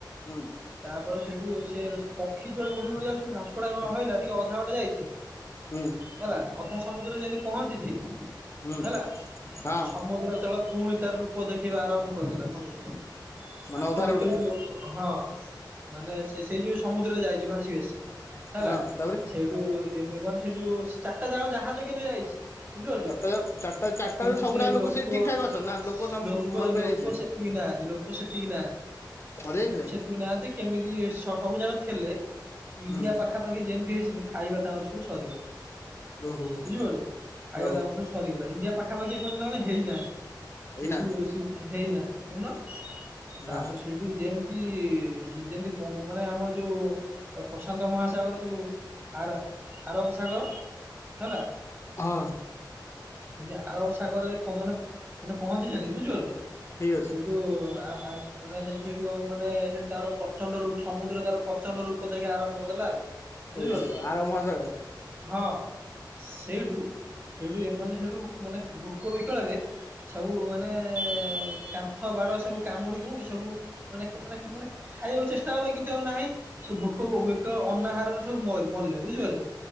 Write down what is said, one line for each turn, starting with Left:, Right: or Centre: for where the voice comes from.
Left: ହୁଁ।
Right: ତାପରେ ସେଇଠୁ ସେ ପକ୍ଷୀ ଯୁଆଡେ ଉଡି ଉଡି ଯାଉଛନ୍ତି ଭସ୍କୋଡଗାମା ହଇଲା ଟିକେ ଅଧା ବାଟ ଯାଇଛି
Left: ହୁଁ।
Right: ହେଲା ଅଧା ସମୁଦ୍ରରେ ଯେମିତି ପହଞ୍ଚିଛି
Left: ହୁଁ
Right: ହେଲା
Left: ହଁ
Right: ସମୁଦ୍ର ତଳ ପୁଣି ତାର ରୂପ ଦେଖେଇବା ଆରମ୍ଭ କରିଦେଲା ସମୁଦ୍ର।
Left: ମାନେ
Right: ତାଙ୍କ
Left: ଅଧା
Right: ଭିତରୁ
Left: ରୋଡରେ
Right: ଲୋକ ହଁ ମାନେ ସେ ସେଇ ଯୋଉ ସମୁଦ୍ରରେ ଯାଇଛି ଭାସି ଭାସି ହେଲା
Left: ହଁ ତାପରେ
Right: ସେଇ ଟୁ ଏ ଏମାନେ ସେ ଯୋଉ ଚାରିଟା ଯାକ ଜାହାଜ କିନ୍ତୁ ଯାଇଛି ବୁଝିପାରୁଛ
Left: ଚାରିଟା ଚାରିଟା ଚାରିଟାରୁ
Right: କିନ୍ତୁ
Left: ସବୁରା
Right: ସେ ଲୋକ
Left: ସେଇ ଠିକ ଠାକ ଅଛନ୍ତି ନା ଲୋକ
Right: ଲୋକ
Left: ମରି
Right: ଲୋକ
Left: ଯାଇଥିଲେ
Right: ସେତିକି ନାହାନ୍ତି ଲୋକ ସେତିକି ନାହାନ୍ତି।
Left: ଘରୁ ଯାଇଥିଲେ।
Right: ମୁଁ ନାହାନ୍ତି କେମିତି ସବୁ ଜାଗ ଥିଲେ ଇଣ୍ଡିଆ
Left: ହୁଁ
Right: ପାଖା ପାଖି ଯେମିତି ହେଇଛନ୍ତି ଖାଇବା ତମର ସବୁ ସରିଗଲା
Left: ଓହୋ ହୋ
Right: ବୁଝିପାରୁଛ ଖାଇବା
Left: ଓ
Right: ତମର ସବୁ। ସରିଗଲା ଇଣ୍ଡିଆ ପାଖାପାଖି ଏପର୍ଯ୍ୟନ୍ତ ଏଣେ ହେଇ ନାହାନ୍ତି ସେଇଠୁ
Left: ଏଇ ନାହାନ୍ତି
Right: ସେଇଠୁ ହେଇ ନାହାନ୍ତି ଶୁଣନ। ତାପରେ
Left: ହଁ
Right: ସେଇଠୁ ଯେମତି। ଇଏ ଯେ ଯେମତି ବଙ୍ଗ ମାନେ ଆମର ଯୋଉ ପ୍ରଶାନ୍ତ ମହାସାଗର ଯୋଉ। ଆର ଆରବ ସାଗର ହେଲା।
Left: ହଁ
Right: ଯେମତି ଆରବ ସାଗରରେ ପମନମ୍ ମାନେ ମାନେ ପହଞ୍ଚିଛନ୍ତି ବୁଝିପାରୁଛ।
Left: ଠିକ୍ ଅଛି।
Right: ଯୋଉ ଆ ଆ ମାନେ ସେ ସେଠୁ କଁ ମାନେ ସେ ତାର ପ୍ରଚଣ୍ଡ ରୂପ ସମୁଦ୍ର ତାର ପ୍ରଚଣ୍ଡ ରୂପ ଦେଖେଇବା ଆରମ୍ଭ କରିଦେଲା ଆଉ। ବୁଝିପାରୁଛ
Left: ଏଇସ ଆର ମହାସାଗର
Right: ହଁ ସେଇଠୁ। ସେଇଠୁ ଏ ମାନେ ସେଇଠୁ ମାନେ ଭୋକ ବିକଳରେ ସବୁ ମାନେ। ମାନେ କାନ୍ଥ ବାଡ ସବୁ କାମୁଡି କୁମୁଡି ସବୁ ମାନେ ମାନେ ମାନେ ଖାଇବାକୁ ଚେଷ୍ଟା କଲେ କିନ୍ତୁ ଆଉ ନାହିଁ ସବୁ ଭୋକ ବିକଳ ଅନ୍ନାହାରରେ ସବୁ ମ ମଲେ ବୁଝିପାରୁଛ।